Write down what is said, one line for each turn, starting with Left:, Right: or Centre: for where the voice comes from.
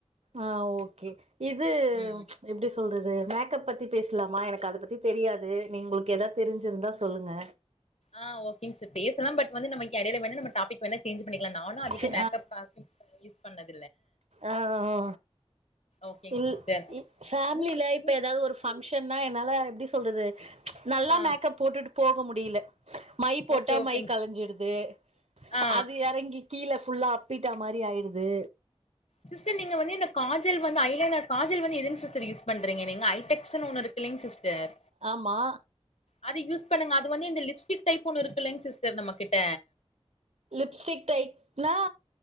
Right: ஆஹ் ஓகே இது
Left: ம்
Right: எப்டி சொல்றது மேக்கப் பத்தி பேசலாமா எனக்கு அத பத்தி தெரியாது நீ உங்களுக்கு எதாவது தெரிஞ்சிருந்தா சொல்லுங்க
Left: ஆ ஓகேங்க <unintelligible> பேசலா பட் வந்து நம்ம இங்க எடையில வேணுனா நம்ம டாபிக் வேண்ணா சேஞ்ச் பண்ணிக்கலா நானு அதிக
Right: சி
Left: மேக்கப் ஆ யூஸ் பண்ண <unintelligible>
Right: ஆ ஆ ஆ
Left: ஓகேங்
Right: இல்
Left: சிஸ்டர்
Right: இ ஃபேமிலில
Left: நீங்க
Right: இப்ப
Left: நீ
Right: எதாவது ஒரு பங்ஷ் ட்டன்னா என்னால எப்டி சொல்றது நல்லா
Left: ஆ
Right: மேக்கப் போட்டுட்டு போக முடியில மை போட்டா
Left: ஓகே ஓகே
Right: மை கலஞ்சுடுது
Left: ஆ
Right: அது எறங்கி கீழ ஃபுல்லா அப்பிட்ட மாரி ஆயிடுது
Left: சிஸ்டர் நீங்க வந்து இந்த காஜல் வந்து ஐலைனர் காஜல் வந்து எதுங் சிஸ்டர் யூஸ் பண்றீங்க நீங்க ஐடெக்ஸ்ன்னு ஒன்னு இருக்கில்லைங் சிஸ்டர்
Right: ஆமா
Left: அது யூஸ் பண்ணுங்க அது வந்து இந்த லிப்ஸ்டிக் டைப் ஒண்ணு இருக்கில்லைங் சிஸ்டர் நம்ம கிட்ட
Right: லிப்ஸ்டிக் டைப்னா